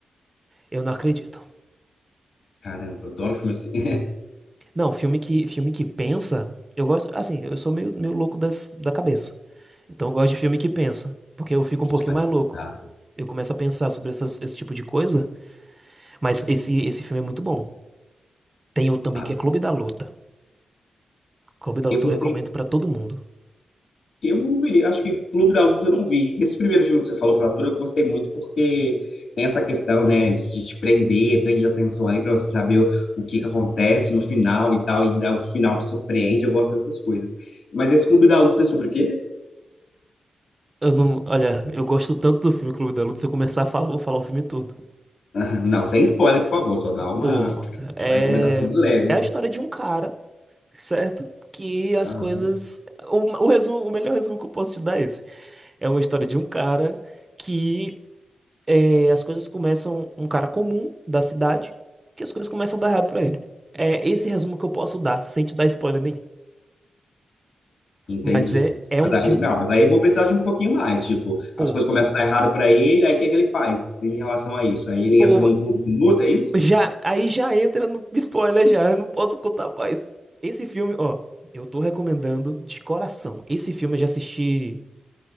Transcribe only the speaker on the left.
Caramba, eu adoro filme assim. <laughs>
Que
te faz
pensar,
né?
Ah,
Eu gostei
Eu não vi, acho que Clube da Luta eu não vi. Esse primeiro filme que você falou, Fratura, eu gostei muito porque tem essa questão, né, de te prender, prende a atenção ali para você saber o, o que que acontece no final e tal, e ainda o final te surpreende, eu gosto dessas coisas. Mas esse Clube da Luta é sobre o quê?
<laughs> Não, sem spoiler, por favor, só dá uma,
uma recomendação de leve,
assim.
Aham,
entendi.
Mas
aí, não, mas aí eu vou precisar de um pouquinho mais, tipo,
as coisas começam a dar errado para ele, aí o que é que ele faz em relação a isso? Aí ele
entra num clube de luta, é isso?